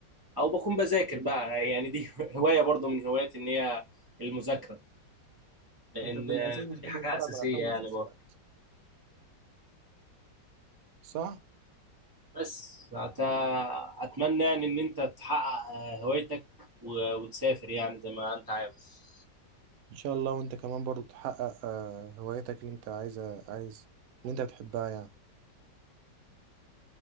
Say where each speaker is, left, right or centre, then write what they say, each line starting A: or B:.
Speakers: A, on the right; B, on the right.
A: او بكون بذاكر بقى يعني دي <laughs> هوايه برضو من هواياتي ان هي المذاكره لان
B: انت في الاساس بتحب
A: دي حاجه
B: تتفرج
A: اساسيه
B: على افلام
A: يعني
B: ومسلسلات
A: برضو
B: صح
A: بس أت- اتمنى يعني ان انت تحقق آه، هوايتك و- وتسافر يعني زي ما انت عاوز
B: ان شاء الله وانت كمان برضو تحقق آه، هوايتك اللي انت عايزه عايز اللي انت بتحبها يعني